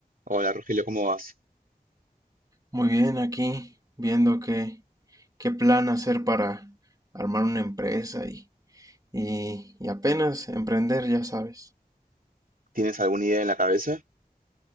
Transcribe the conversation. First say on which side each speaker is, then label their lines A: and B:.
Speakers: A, on the right; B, on the right.
A: Hola Rogelio, ¿cómo vas?
B: Muy bien, aquí viendo qué, qué plan hacer para armar una empresa y, y, y apenas emprender, ya sabes.
A: ¿Tienes alguna idea en la cabeza?